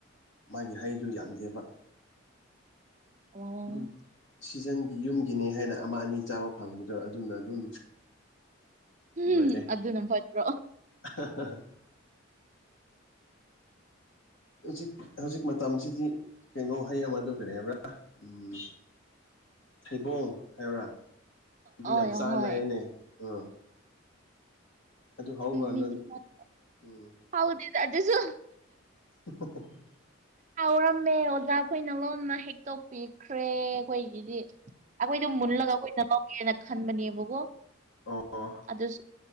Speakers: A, on the left (about 70°); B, on the right (about 35°).
A: ꯃꯥꯒꯤ ꯍꯗꯨ ꯌꯥꯝꯗꯦꯕ
B: ꯑꯣ
A: ꯑꯗꯨꯝ ꯁꯤꯖꯟꯒꯤ ꯌꯨꯝꯒꯤꯅꯦ ꯍꯥꯏꯅ ꯑꯃ ꯑꯅꯤ ꯆꯥꯕ ꯐꯪꯕꯗꯣ ꯑꯗꯨꯅ ꯑꯗꯨꯝ
B: ꯎꯝ
A: ꯂꯣꯏꯔꯦ
B: ꯑꯗꯨ ꯅ ꯐꯠꯇ꯭ꯔꯣ
A: <unintelligible> ꯍꯧꯖꯤꯛ ꯍꯧꯖꯤꯛ ꯃꯇꯝꯁꯤꯗꯤ ꯀꯩꯅꯣ ꯍꯩ ꯑꯃꯗꯨ ꯀꯔꯤ ꯍꯥꯏꯕ꯭ꯔꯥ ꯎꯝ ꯊꯩꯕꯣꯡ ꯍꯥꯏꯕ꯭ꯔꯥ ꯑꯗꯨ
B: ꯍꯣꯏ
A: ꯌꯥꯝ ꯆꯥꯟꯅꯏꯅꯦ
B: ꯍꯣꯏ
A: ꯎꯝ ꯑꯗꯨ ꯍꯧꯕ꯭ꯔꯥ
B: ꯃꯤꯗꯤ
A: ꯅꯣꯏ
B: <unintelligible>
A: ꯎꯝ
B: ꯍꯧꯗꯦꯗꯥ ꯑꯗꯨꯁꯨ
A: <unintelligible>
B: ꯍꯥꯎꯔꯝꯃꯦ ꯑꯣꯖꯥ ꯈꯣꯏꯅ ꯂꯣꯟꯅ ꯍꯦꯛꯇꯣꯛꯄꯤꯈ꯭ꯔꯦ ꯑꯩꯈꯣꯏꯒꯤꯗꯤ ꯑꯩꯈꯣꯏꯗꯣ ꯃꯨꯜꯂꯒ ꯑꯩꯈꯣꯏꯅ ꯂꯧꯒꯦꯅ ꯈꯟꯕꯅꯦꯕꯀꯣ
A: ꯑꯣ
B: ꯑꯗꯨꯁꯨ